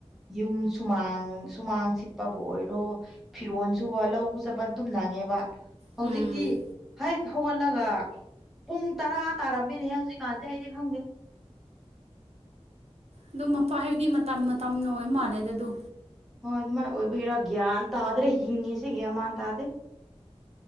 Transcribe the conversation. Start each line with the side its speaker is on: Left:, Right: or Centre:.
Centre: ꯌꯨꯝ ꯁꯨꯃꯥꯡ ꯁꯨꯃꯥꯡ ꯁꯤꯠꯄꯥꯕꯨ ꯑꯣꯏꯔꯣ ꯐꯤꯔꯣꯟꯁꯨꯀꯣ ꯂꯧꯕ ꯆꯠꯄ ꯑꯗꯨꯝ ꯅꯪꯉꯦꯕꯥ ꯍꯧꯖꯤꯛꯇꯤ
Right: ꯎꯝ
Centre: ꯍꯦꯛ ꯍꯧꯒꯠꯂꯒ ꯄꯨꯡ ꯇꯔꯥ ꯇꯥꯔꯝꯃꯦꯅꯦꯍꯦ ꯍꯧꯖꯤꯛꯀꯥꯟꯁꯦ ꯑꯩꯗꯤ ꯈꯪꯗꯦ
Right: ꯑꯗꯨ ꯃꯄꯥ ꯍꯥꯏꯕꯗꯤ ꯃꯇꯝ ꯃꯇꯝꯅ ꯑꯣꯏ ꯃꯥꯜꯂꯦꯗꯥ ꯑꯗꯨ
Centre: ꯍꯣꯏ ꯑꯗꯨꯃꯥꯏ ꯑꯣꯏꯕꯒꯤꯔꯥ ꯒ꯭ꯌꯥꯟ ꯇꯥꯗ꯭ꯔꯦ ꯍꯤꯡꯉꯤꯁꯦ ꯒ꯭ꯌꯥꯟ ꯃꯥꯟ ꯇꯥꯗꯦ